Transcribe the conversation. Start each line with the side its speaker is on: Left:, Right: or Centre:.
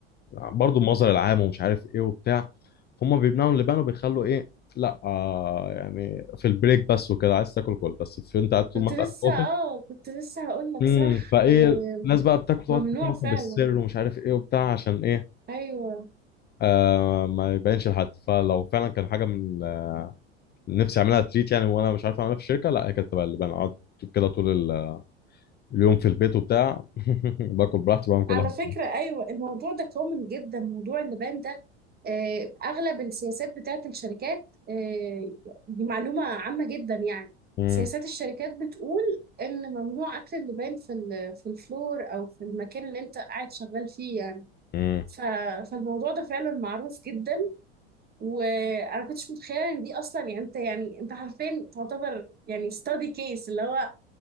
Left: برضو المظهر العام ومش عارف ايه وبتاع فهم بيمنعوا اللبان وبيخلوا ايه لا آه يعني في البريك بس وكده عايز تاكل كل بس في انت قاعد طول
Right: كنت
Left: ما انت
Right: لسه
Left: قاعد في الاوفيس
Right: اه كنت لسه هقول لك
Left: امم
Right: صح
Left: فايه
Right: آه
Left: الناس بقى بتاكل تقعد
Right: ممنوع
Left: تاكل مثلا
Right: فعلا
Left: بالسر ومش عارف ايه وبتاع عشان ايه
Right: ايوه
Left: آه ما يبينش لحد فلو فعلا كان حاجه من نفسي اعملها تريت يعني وانا مش عارف اعملها في الشركه لا هي كانت تبقى اللبان اقعد كده طول ال- اليوم في البيت وبتاع <laughs> باكل براحتي بعمل كل
Right: على
Left: حاجه
Right: فكره
Left: براحتي.
Right: ايوه الموضوع ده كومن جدا موضوع اللبان ده آه، اغلب السياسات بتاعت الشركات آه، دي معلومه عامه جدا يعني
Left: مم.
Right: سياسات الشركات بتقول ان ممنوع اكل اللبان في ال- في الفلور او في المكان اللي انت قاعد شغال فيه يعني
Left: مم.
Right: ف- فالموضوع ده فعلا معروف جدا وانا كنتش متخيله ان دي اصلا يعني انت يعني انت حرفيا تعتبر يعني ستادي كيس اللي هو